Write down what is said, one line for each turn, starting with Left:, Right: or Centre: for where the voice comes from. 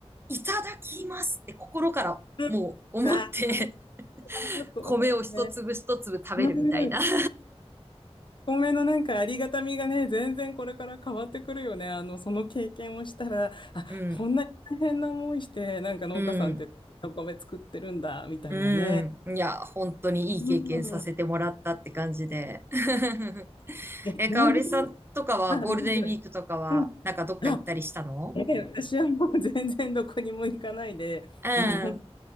Right: いただきますって心からもう思って
Left: うんあーそうだよね。
Right: 米を一粒一粒食べるみたいな。
Left: うん。
Right: <laughs>
Left: お米のなんかありがたみがね、全然これから変わってくるよね。あの、その経験をしたら、あ、
Right: うん、
Left: こんなに大変な思いして、なんか農家さんってお米作ってるんだ、
Right: うん、
Left: みたいなね。
Right: うん。いや、本当にいい経験させてもらったって感じで。
Left: うん。うん
Right: <laughs>
Left: え、
Right: え、
Left: 何時間
Right: かおりさんとかはゴールデンウィークとかは、
Left: あ、うん、うん。
Right: なんかどっか行ったりしたの
Left: あ、ええ、私はもう全然どこにも行かないで、
Right: うん。
Left: うん、本